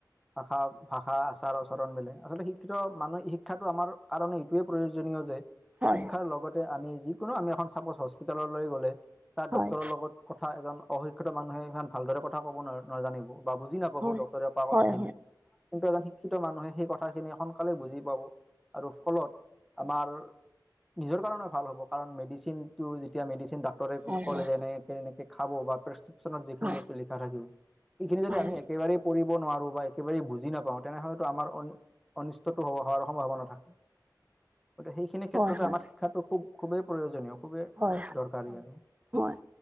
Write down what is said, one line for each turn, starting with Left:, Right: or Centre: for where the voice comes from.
Centre: ভাষা - ভাষা আচাৰ আচৰণ বেলেগ, আচলতে শিক্ষিত মানুহে শিক্ষাটো আমাৰ কাৰণেই খুবেই প্ৰয়োজনীয় যে
Right: হয়
Centre: শিক্ষাৰ লগতে আমি যিকোনো আমি এখন চাপজ হস্পিতাললৈ গ'লে তাৰ
Right: হয়
Centre: ডক্তৰৰ লগত কথা এজন অশিক্ষিত মানুহে হিমান ভালদৰে কথা ক'ব ন নাজানিব। বা বুজি নাপাব
Right: হয়
Centre: ডক্তৰে কোৱা কথাখিনি।
Right: হয় হয় হয় হয় হয়
Centre: কিন্তু এজন শিক্ষিত মানুহে সেই কথাখিনি সোনকালে বুজি পাব আৰু ফলত। আমাৰ নিজৰ কাৰেনে ভাল হ'ব কাৰ মেডিচিনটো মেডিচিন ডা। ক্তৰে
Right: হয়
Centre: কলে
Right: হয়
Centre: যে এনেকে খাব বা প্ৰেক্ৰিপ্যনত যিখিনি
Right: হয়
Centre: বস্তু লিখা থাকিব। এইখিনি যদি
Right: হয়
Centre: আমি একেবাৰে কৰিব নোৱাৰোঁ বা একেবাৰে বুজি নাপাওঁ তেনেহলেতো আমাৰ <inaudible> অনিষ্টতটো হ হোৱাৰ সম্ভাৱনা থাকে গতিকে সেই। খিনি ক্ষেত্ৰতে
Right: হয় হয়
Centre: আমাৰ শিক্ষাটো খুব খুবেই প্ৰয়োজনীয়। খুবেই
Right: হয়
Centre: দৰকাৰী আৰু
Right: হয়